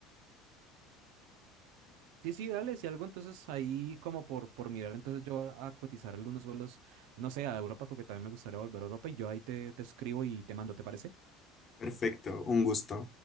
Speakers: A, on the right (about 75°); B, on the left (about 25°).
A: Sí, sí, dale, si algo, entonces ahí como por, por mirar, entonces yo a, a cotizar algunos vuelos, no sé, a Europa, porque también me gustaría volver a Europa y yo ahí te, te escribo y te mando, ¿te parece?
B: Perfecto, un gusto.